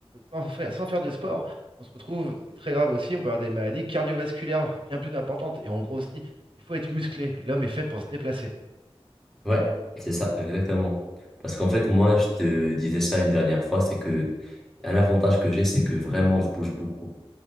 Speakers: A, on the right (about 55°); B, in the centre.
A: sans faire, sans faire de sport, on se retrouve, c'est très grave aussi, on peut avoir des maladies cardiovasculaires bien plus importantes. Et en gros aussi, Il faut être musclé. L'homme est fait pour se déplacer.
B: Ouais, c'est ça, exactement. Parce qu'en fait, moi, je te disais ça une dernière fois, c'est que un avantage que j'ai, c'est que vraiment, je bouge beaucoup.